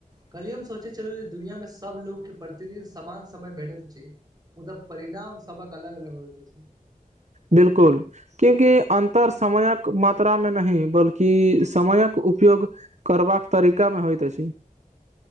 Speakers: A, on the right; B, on the right.
A: कल्हि हम सोचे छलू जे दुनियामे सब लोको केँ प्रतिदिन समान समय भेटैत अछि मुदा परिणाम सबहक अलग अलग होइत अछि
B: बिलकुल। क्यूकि अन्तर समयक मात्रामे नहि बल्कि समयक उपयोग। करबाक तरीका मे होयइत अछि